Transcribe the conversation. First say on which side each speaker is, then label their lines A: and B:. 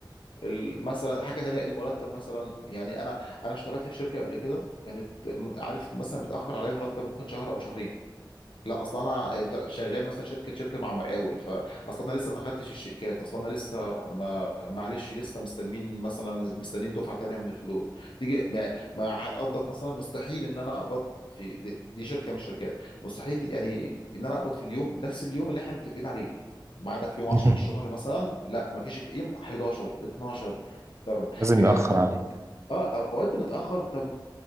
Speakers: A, on the left (about 80°); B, on the right (about 35°).
A: ال- مثلا حاجه تانية المرتب مثلا يعني انا انا اشتغلت في شركه قبل كده كانت م- عارف مثلا بتاخر عليا مرتب ممكن شهر او شهرين لا اصلا انا شغال مثلا شركه شركه مع مقاول فاصلا انا لسه ما خدتش الشيكات اصلا انا لسه ما معلش لسه مستلمين مثلا مستنيين دفعه تانية من الفلوس تيجي ما ما عاد قبضك مثلا مستحيل ان انا اقبض في دي, دي شركه من الشركات مستحيل يعني ان انا اقبض في اليوم نفس اليوم اللي احنا متفقين عليه ميعادك في يوم 10
B: <laughs>
A: في الشهر مثلا لا ما فيش يوم 11 12 طب
B: لازم
A: يا جدعان
B: يأخر
A: طب
B: عليك
A: اه اوقات بنتاخر طب